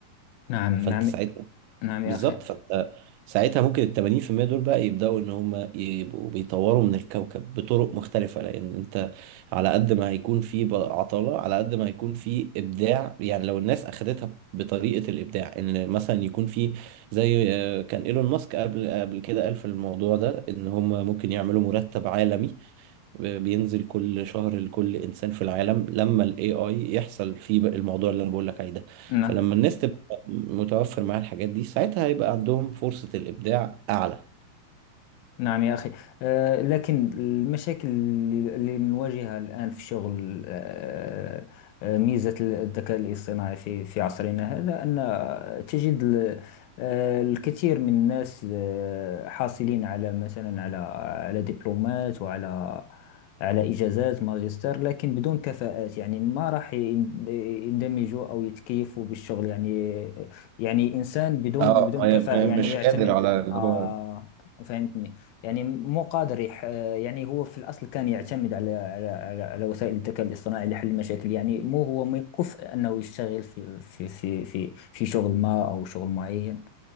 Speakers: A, on the left; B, on the right.
A: نعم
B: فأنت
A: نعم
B: ساعتها
A: نعم
B: بالظبط
A: يا أخي
B: فأنت ساعتها ممكن ال 80% دول بقى يبدأوا إن هم يبقوا بيطوروا من الكوكب بطرق مختلفة لأن أنت على قد ما هيكون في بقى عطالة على قد ما هيكون في إبداع يعني لو الناس أخدتها بطريقة الإبداع إن مثلا يكون في زي آه، كان إيلون ماسك قبل قبل كده قال في الموضوع ده إن هم ممكن يعملوا مرتب عالمي بينزل كل شهر لكل انسان في العالم لما الاي اي يحصل فيه بقى الموضوع اللي انا بقول لك عليه ده
A: نعم
B: فلما الناس تبقى متوفر معاها الحاجات دي ساعتها هيبقى عندهم فرصة الابداع اعلى
A: نعم يا أخي آه، لكن المشاكل اللي اللي نواجهها الآن في شغل آه، آه، ميزة الذكاء الاصطناعي في في عصرنا هذا أن تجد ال- آه، الكثير من الناس آه، حاصلين على مثلا على على دبلومات وعلى على إجازات ماجستير لكن بدون كفاءات يعني ما راح ين- يندمجوا أو يتكيفوا بالشغل يعني يعني إنسان بدون
B: اه
A: بدون
B: ما-
A: كفاءة
B: ما-
A: يعني
B: مش
A: يعتمد
B: قادر على اللي
A: آه
B: هو
A: فهمتني يعني مو قادر يح... يعني هو في الأصل كان يعتمد على على على, على وسائل الذكاء الاصطناعي لحل المشاكل يعني مو هو مكف أنه يشتغل في في في في في شغل ما أو شغل معين